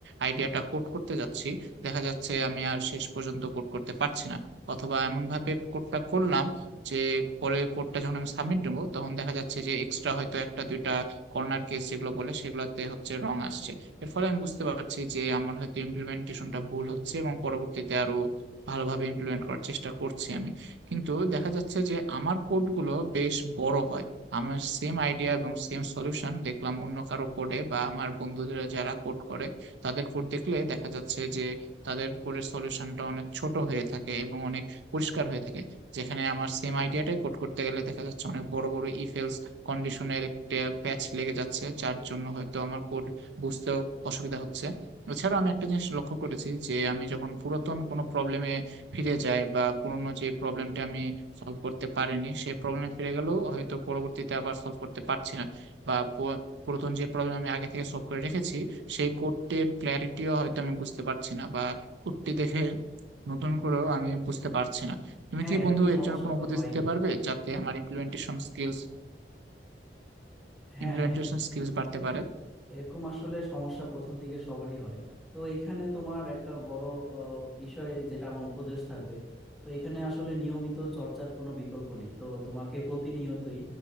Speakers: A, on the right (about 75°); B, in the centre.
A: আইডিয়াটা কোড করতে যাচ্ছি দেখা যাচ্ছে আমি আর শেষ পর্যন্ত কোড করতে পারছি না অথবা এমন ভাবে কোডটা করলাম যে পরে কোডটা যখন আমি সাবমিট দেবো তখন দেখা যাচ্ছে যে এক্সট্রা হয়তো একটা দুইটা কর্নার কেস যেগুলো বলে সেগুলোতে হচ্ছে রং আসছে এর ফলে আমি বুঝতে পারছি যে আমার হয়তো ইমপ্লিমেন্টেশনটা ভুল হচ্ছে এবং পরবর্তীতে আরো ভালোভাবে ইমপ্লিমেন্ট করার চেষ্টা করছি আমি কিন্তু দেখা যাচ্ছে যে আমার কোডগুলো বেশ বড় হয় আমার সেম আইডিয়া এবং সেম সলিউশন দেখলাম অন্য কারো কোডে বা আমার বন্ধুদের যারা কোড করে তাদের কোড দেখলে দেখা যাচ্ছে যে তাদের কোডের সলিউশনটা অনেক ছোট হয়ে থাকে এবং অনেক পরিষ্কার হয়ে থাকে যেখানে আমার সেম আইডিয়াটাই কোড করতে গেলে দেখা যাচ্ছে অনেক বড় বড় ইফেলস কন্ডিশনের একটা প্যাচ লেগে যাচ্ছে যার জন্য হয়তো আমার কোড বুঝতেও অসুবিধা হচ্ছে এছাড়াও আমি একটা জিনিস লক্ষ্য করেছি যে আমি যখন পুরাতন কোনো প্রবলেমে ফিরে যাই বা পুরনো যে প্রবলেমটা আমি সলভ করতে পারিনি সেই প্রবলেমে ফিরে গেলেও হয়তো পরবর্তীতে আবার সলভ করতে পারছি না বা প- পুরাতন যে প্রবলেম আমি আগে থেকে সলভ করে রেখেছি সেই কোডটির ক্ল্যারিটিও হয়তো আমি বুঝতে পারছি না বা কোডটি দেখে নতুন করেও আমি বুঝতে পারছি না তুমি
B: হ্যাঁ
A: কি
B: এরকম
A: বন্ধু এর
B: সমস্যা
A: জন্য কোনো
B: তো
A: উপদেশ
B: হয়ই
A: দিতে পারবে যাতে আমার ইমপ্লিমেন্টেশন স্কিলস
B: হ্যাঁ
A: ইমপ্লিমেন্টেশন
B: হ্যাঁ
A: স্কিলস বাড়তে পারে
B: এরকম আসলে সমস্যা প্রথম দিকে সবারই হয় তো এখানে তোমার একটা বড় আহ, বিষয় যেটা আমার উপদেশ থাকবে তো এখানে আসলে নিয়মিত চর্চার কোনো বিকল্প নেই তো তোমাকে প্রতিনিয়তই